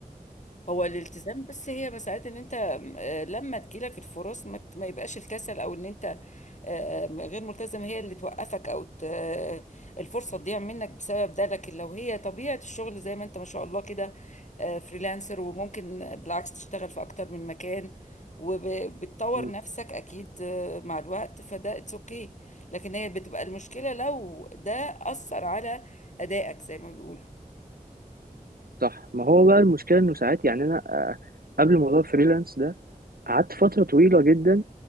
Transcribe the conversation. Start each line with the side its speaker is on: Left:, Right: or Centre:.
Left: هو الالتزام بس هي مسألة ان انت آه، لما تجيلك الفرص ما ت- ما يبقاش الكسل او ان انت آه، غير ملتزم هي اللي توقفك او ت- آه، الفرصة تضيع منك بسبب ده لكن لو هي طبيعة الشغل زي ما انت ما شاء الله كده آه، فريلانسر وممكن بالعكس تشتغل في اكتر من مكان وبتطور
Right: مم.
Left: نفسك اكيد آه، مع الوقت فده اتس اوكي لكن هي بتبقى المشكلة لو ده أثر على أدائك زي ما بيقولوا
Right: صح ما هو بقى المشكله انه ساعات يعني انا آه، قبل موضوع الفريلانس ده قعدت فتره طويله جدا